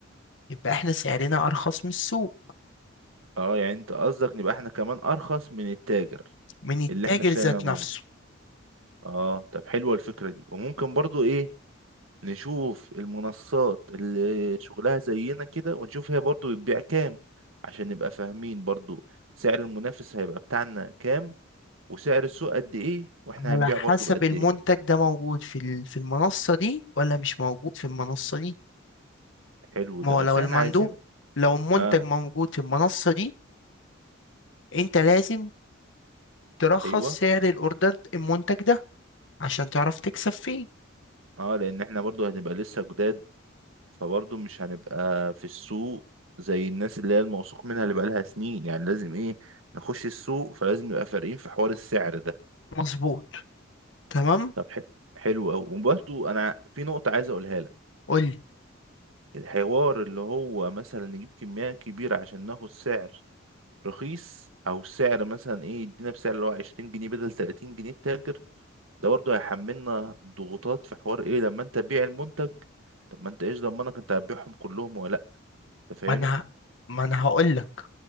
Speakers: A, on the left; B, on the right.
A: يبقى احنا سعرنا ارخص من السوق
B: اه يعني انت قصدك نبقى احنا كمان ارخص من التاجر
A: من التاجر
B: اللي احنا اشترينا
A: ذات
B: منه
A: نفسه
B: اه طب حلوة الفكرة دي وممكن برضو ايه نشوف المنصات اللي شغلها زينا كده ونشوف هي برضو بتبيع كام عشان نبقى فاهمين برضو سعر المنافس هيبقى بتاعنا كام وسعر السوق قد ايه واحنا
A: على
B: هنبيع
A: حسب
B: برضو بقد
A: المنتج
B: ايه
A: ده موجود في ال- في المنصة دي ولا مش موجود في المنصة دي
B: حلو
A: ما
B: ده
A: هو
B: بس
A: لو
B: احنا
A: المندوب
B: عايزين
A: لو المنتج
B: اه
A: موجود في المنصة دي انت لازم ترخص
B: ايوه
A: سعر الاوردر المنتج ده عشان تعرف تكسب فيه
B: اه لان احنا برضو هنبقى لسه جداد فبرضو مش هنبقى في السوق زي الناس اللي هي الموثوق منها اللي بقالها سنين يعني لازم ايه نخش السوق فلازم نبقى فارقين في حوار السعر ده
A: مظبوط تمام
B: طب ح- حلو قوي وبرضو انا في نقطة عايز اقولها لك
A: قول لي
B: الحوار اللي هو مثلا نجيب كمية كبيرة عشان ناخد سعر رخيص أو سعر مثلا إيه يدينا بسعر اللي هو عشرين جنيه بدل تلاتين جنيه التاجر ده برضه هيحملنا ضغوطات في حوار إيه لما أنت تبيع المنتج طب ما أنت إيش ضمنك أنت هتبيعهم كلهم ولا لأ أنت فاهمني؟
A: ما انا ما انا هقول لك